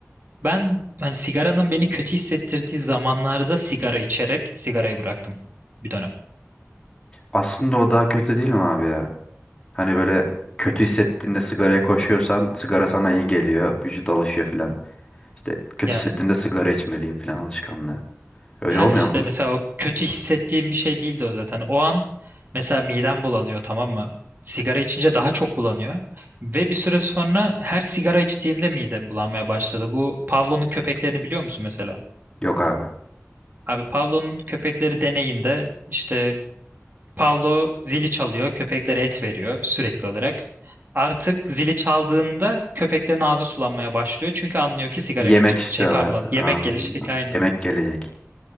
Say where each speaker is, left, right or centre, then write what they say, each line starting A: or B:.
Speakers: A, on the right; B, on the left.
A: Ben hani sigaranın beni kötü hissettirdiği zamanlarda sigara içerek sigarayı bıraktım bir dönem.
B: Aslında o daha kötü değil mi abi ya? Hani böyle kötü hissettiğinde sigaraya koşuyorsan sigara sana iyi geliyor. Vücut alışıyor filan. İşte kötü
A: Ya
B: hissettiğimde sigara içmeliyim filan alışkanlığı. Öyle
A: Ha
B: olmuyor
A: işte
B: mu?
A: mesela o kötü hissettiğim bir şey değildi o zaten. O an mesela midem bulanıyor tamam mı? Sigara içince daha çok bulanıyor. Ve bir süre sonra her sigara içtiğimde midem bulanmaya başladı. Bu Pavlov'un köpeklerini biliyor musun mesela?
B: Yok abi.
A: Abi Pavlov'un köpekleri deneyinde işte Pavlov zili çalıyor, köpeklere et veriyor sürekli olarak. Artık zili çaldığında köpeklerin ağzı sulanmaya başlıyor çünkü anlıyor ki sigara
B: Yemek
A: gelecek.
B: istiyorlar.
A: Şey pardon, yemek
B: Aa,
A: gelecek <laughs> aynen.
B: yemek gelecek.